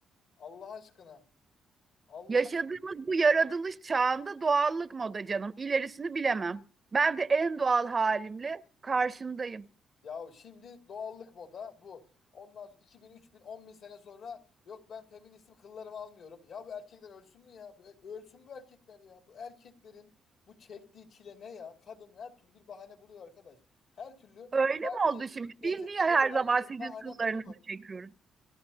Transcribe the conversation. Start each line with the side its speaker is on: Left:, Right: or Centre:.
Left: Allah aşkına. Allah
Right: Yaşadığımız bu yaratılış çağında doğallık moda canım. İlerisini bilemem. Ben de en doğal halimle karşındayım.
Left: Ya şimdi doğallık moda bu. Ondan sonra 2000, 3000, 10.000 sene sonra yok ben feministim kıllarımı almıyorum. Ya bu erkekler ölsün mü ya? Bu- e, Ölsün bu erkekler ya. Bu erkeklerin bu çektiği çile ne ya? Kadın her türlü bir bahane buluyor arkadaş. Her türlü
Right: Öyle mi
Left: erkek
Right: oldu şimdi?
Left: kitleyecek
Right: Biz niye her
Left: geçerli
Right: zaman
Left: bir
Right: sizin
Left: bahane
Right: kıllarınızı
Left: buluyor.
Right: çekiyoruz?